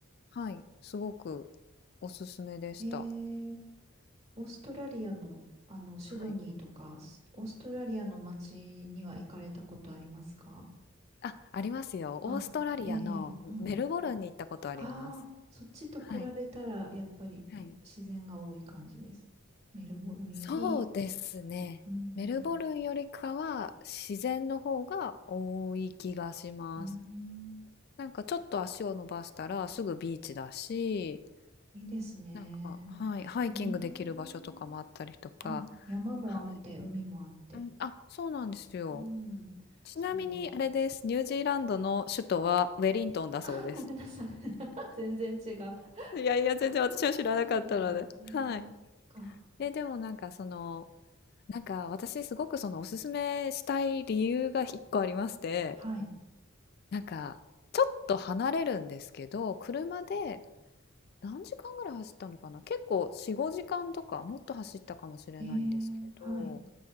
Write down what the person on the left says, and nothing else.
はい、すごくおすすめでした。
はい。
あ、ありますよ。
オーストラリアのメルボルンに行ったことあります。
はい、
はい。
そうですね。
メルボルンよりかは自然の方が多い気がします。
なんかちょっと足を伸ばしたらすぐビーチだし、
なんか、はい、ハイキングできる場所とかもあったりとか、
はい。
うん、あ、そうなんですよ。
ちなみにあれです。
ニュージーランドの首都はウェリントンだそうです。
いやいや、全然私は知らなかったので。
はい。え、でもなんかその、なんか私すごくそのおすすめしたい理由が一個ありまして、
なんかちょっと離れるんですけど、車で何時間ぐらい走ったのかな結構4、5時間とかもっと走ったかもしれないんですけど、